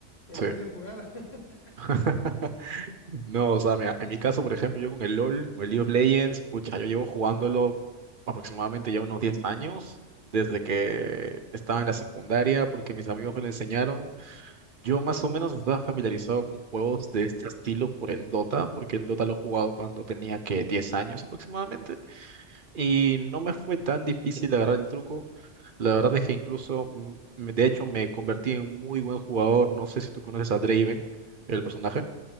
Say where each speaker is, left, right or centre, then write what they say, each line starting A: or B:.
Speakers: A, on the left (about 55°); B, on the right (about 50°).
A: en
B: Sí.
A: media jugada. <laughs>
B: <laughs> No, o sea, mira, en mi caso, por ejemplo, yo con el LOL, con el League of Legends, pucha, yo llevo jugándolo aproximadamente ya unos 10 años, desde que estaba en la secundaria, porque mis amigos me lo enseñaron. Yo más o menos estaba familiarizado con juegos de este estilo por el Dota, porque el Dota lo he jugado cuando tenía que 10 años aproximadamente, y no me fue tan difícil agarrar el truco. La verdad es que incluso, mm, de hecho, me convertí en un muy buen jugador. No sé si tú conoces a Draven, el personaje.